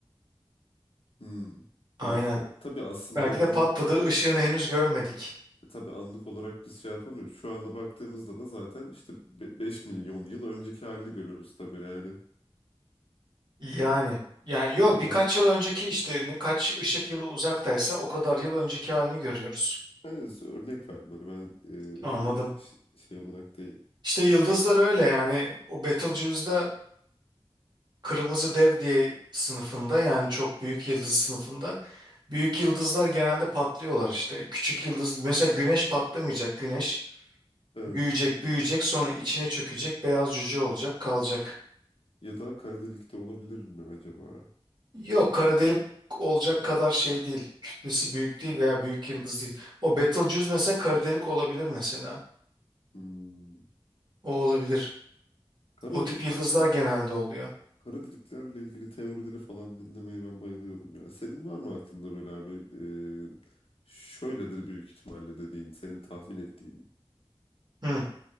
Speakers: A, on the left; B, on the right.
A: Hmm,
B: Aynen.
A: belki de. Tabii aslında
B: Belki
A: onu
B: de patladığı ışığını henüz görmedik.
A: e, tabii anlık olarak biz şey yapamıyoruz. Şu anda baktığımızda da zaten işte be- 5 milyon yıl önceki halini görüyoruz tabii yani.
B: Yani yani yo
A: O biraz
B: birkaç yıl önceki işte ne- kaç ışık yılı uzaktaysa o kadar yıl önceki halini görüyoruz.
A: yani örnek verdim hani ben
B: Anladım.
A: e, ş- şey olarak değil.
B: İşte yıldızlar öyle yani o Betelgeuse'da kırmızı dev diye sınıfında yani çok büyük yıldız sınıfında büyük yıldızlar genelde patlıyorlar işte. Küçük yıldız mesela güneş patlamayacak güneş
A: Evet.
B: büyüyecek büyüyecek sonra içine çökecek beyaz cüce olacak kalacak.
A: Ya da kara delik de olabilir mi acaba?
B: Yok kara delik olacak kadar şey değil. Kütlesi büyük değil veya büyük yıldız değil. O Betelgeuse mesela kara delik olabilir mesela.
A: Hmm.
B: O olabilir.
A: Kara
B: O
A: delikler
B: tip yıldızlar
A: ben.
B: genelde oluyor.
A: Kara deliklerle ilgili teorileri falan dinlemeye ben bayılıyorum ya. Senin var mı aklında böyle abi? e, şöyledir büyük ihtimalle dediğin, senin tahmin ettiğin.
B: Hı.